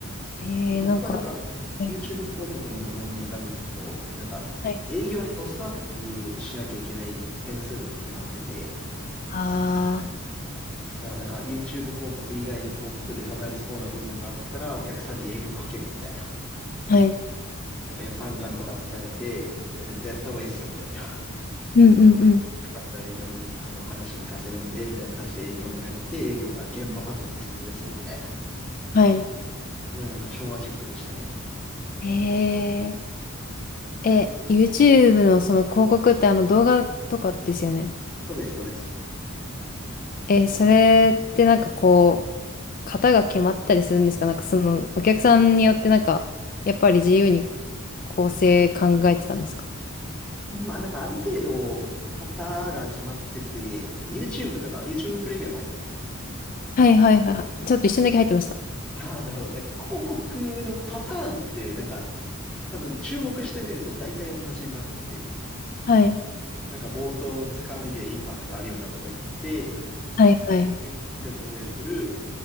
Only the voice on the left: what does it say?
えー、
なんか、はい。
はい。
あ
あ、はい。
うんうんうん。
はい。
えー、え、YouTube のその広告ってあの動画とかですよね。
えー、それってなんかこう、型が決まったりするんですかなんかその、お客さんによってなんか、やっぱり自由に構成考えてたんですか
はいはいはいはい。ちょっと一瞬だけ入ってました。
はい。
はいはい。